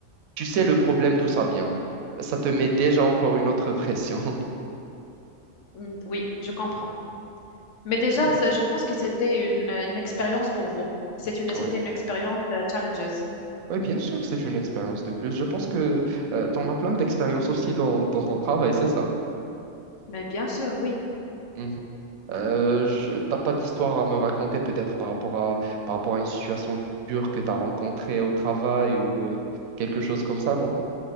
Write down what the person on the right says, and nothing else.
tu sais le problème d'où ça vient, ça te met déjà encore une autre pression. <laughs>
Ouais.
Ouais.
Oui, bien sûr, c'est une expérience de plus. Je pense que tu en as plein d'expériences aussi dans, dans ton travail, c'est ça.
Mhm. Euh, je- t'as pas d'histoire à me raconter peut-être par rapport à, par rapport à une situation dure que tu as rencontrée au travail ou euh, quelque chose comme ça, non?